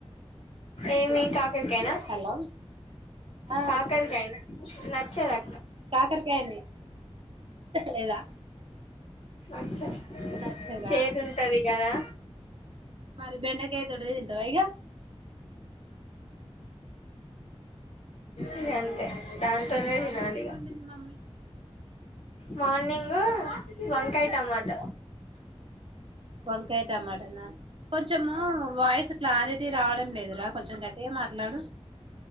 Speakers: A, on the left; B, on the right.
A: ఏమి కా కనా
B: హలో ఆ
A: కాకరకాయనా నచ్చరా
B: కాకరకాయనే లేదా
A: అచ్చా
B: నచ్చదా
A: చేదు ఉంటది కదా
B: మరి బెండకాయ దొడ్డ తింటవ యిగా బెండకాయ
A: ఇగ అంతే దాంతోనే
B: మార్నింగ్
A: తినాలిగా
B: ఏం వండింది మమ్మీ
A: మార్నింగ్ వంకాయ్, టమాట
B: వంకాయ టమాటన కొంచ్ కొంచెము వయసు క్లారిటీ రావడం లేదురా కొంచెం గట్ ఏ మాట్లాడు